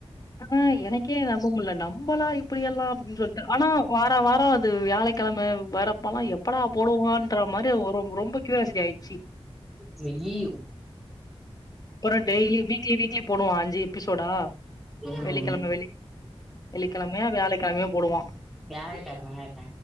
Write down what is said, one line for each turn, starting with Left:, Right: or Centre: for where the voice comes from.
Left: ஆனா எனக்கே நம்ப முட்ல நம்மலா இப்டி எல்லா அப்டின் சொல்ட்டு ஆனா வா ன வாரோ அது வியாழகெழம வரப்போல்லா எப்படா போடுவான்ற மாரி ஒரு ரொம்ப கியூரியாசிட்டி ஆய்றுச்சி
Centre: இங்க ஈ
Left: அப்பறோ டெய்லி வீக்லி வீக்லி போடுவா‌ அஞ்சு எபிசோடா
Centre: ம்
Left: வெள்ளிக்கெழம வெள்ளி வெள்ளிக்கெழமயா வியாழக்கெழமையோ போடுவா
Centre: வியாழக்கெழம வியாழக்கெழம